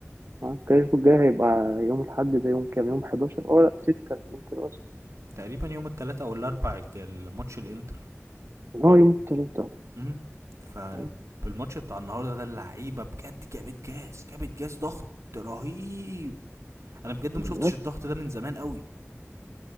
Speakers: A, on the right; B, on the right.
A: اه الكلاسيكو الجاي هيبقى يوم الأحد ده يوم كام يوم 11 اه لا 6 الانتر آه،
B: تقريبًا يوم التلات أو الأربع ك الماتش الإنتر.
A: هو يوم التلات أهو.
B: امم فبالماتش
A: آه،
B: بتاع النهارده ده اللعيبه بجد جابت جاز جابت جاز ضغط رهيب انا بجد
A: بالظبط
B: ما شفتش الضغط ده من زمان قوي